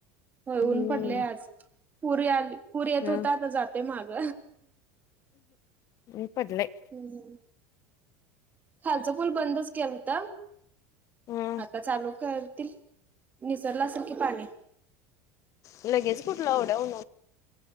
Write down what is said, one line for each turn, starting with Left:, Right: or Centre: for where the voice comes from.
Right: हो
Left: हम्म
Right: ऊन पडले आज. पूरी आली पूर येत
Left: हा
Right: होता आता जातोय माग.
Left: ऊन पडलंय.
Right: हम्म खालच पूल बंदच केलता.
Left: हा
Right: आता चालू करतील. निसरलं असेल की पाणी.
Left: लगेच कुठलं आवड्या हो